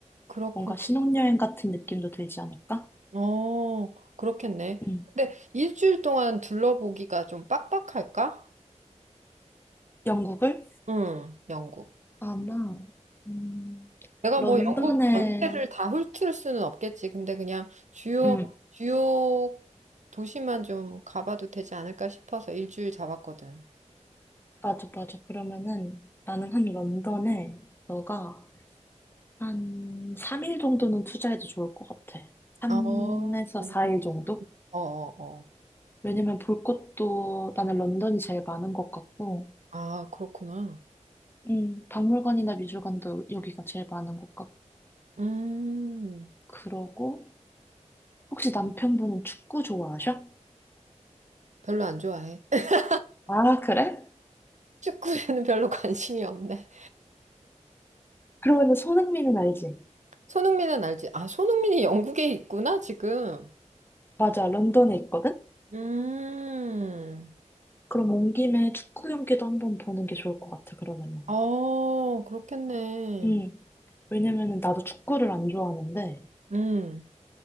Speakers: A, on the right; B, on the left.
A: 그렇구나.
B: 뭔가 신혼여행 같은 느낌도 들지 않을까?
A: 어, 그렇겠네.
B: 음.
A: 근데 일주일 동안 둘러보기가 좀 빡빡할까?
B: 영국을
A: 응, 영국.
B: 아마 음,
A: 내가
B: 런던에
A: 뭐 영국 전체를 다 훑을 수는 없겠지. 근데 그냥 주요,
B: 음
A: 주요 도시만 좀 가봐도 되지 않을까 싶어서 일주일 잡았거든.
B: 맞아 맞아 그러면은 나는 한 런던에 너가 한 3일 정도는 투자해도 좋을 것 같아. 3에서
A: 어, 어,
B: 4일 정도?
A: 어, 어.
B: 왜냐면 볼 것도 나는 런던이 제일 많은 것 같고,
A: 아, 그렇구나.
B: 음. 박물관이나 미술관도 여기가 제일 많은 것 같고,
A: 음,
B: 그러고, 혹시 남편분은 축구 좋아하셔?
A: 별로 안 좋아해. <laughs>
B: 아, 그래?
A: 축구에는 별로 관심이 없네.
B: 그러면 손흥민은 알지?
A: 손흥민은 알지? 아, 손흥민이 영국에 있구나, 지금.
B: 맞아, 런던에 있거든?
A: 음.
B: 그럼 온 김에 축구 경기도 한번 보는 게 좋을 것 같아, 그러면은.
A: 아, 그렇겠네.
B: 음. 왜냐면은 나도 축구를 안 좋아하는데,
A: 음,